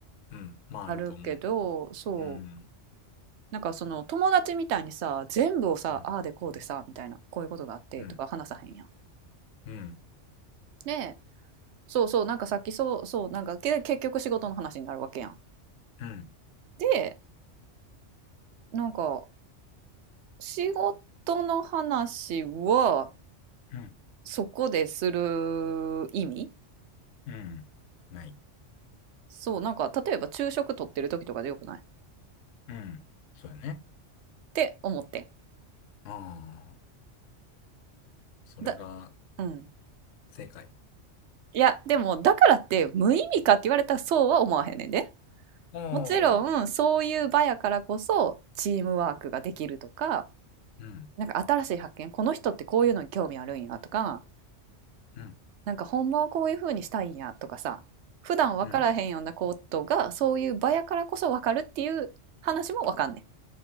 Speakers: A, on the left; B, on the right.
A: うん、まああると思うけど。
B: あるけど、そう。
A: うん。
B: なんかその友達みたいにさ全部をさああでこうでさみたいなこういうことがあってとか話さへんやん。
A: うん、うん、うん、
B: でそうそうなんかさっきそうそうなんかけ結局仕事の話になるわけやん。
A: うん、
B: でなんか仕事の話は
A: うん、
B: そこでする意味
A: うんない。
B: そうなんか例えば昼食取ってる時とかでよくないっ
A: うん。そうやね。
B: て思ってん。
A: ああ、それが
B: だうん。
A: 正解。
B: いやでもだからって無意味かって言われたらそうは思わへんねんで。
A: ああ、
B: もちろんそういう場やからこそチームワークができるとか、
A: うん、うん、
B: なんか新しい発見、この人ってこういうのに興味あるんやとか、
A: うん、
B: なんかほんまはこういう風にしたいんやとかさ、普段分からへんようなことがそういう場やからこそ分かるっていう話も分かんねん。
A: うん、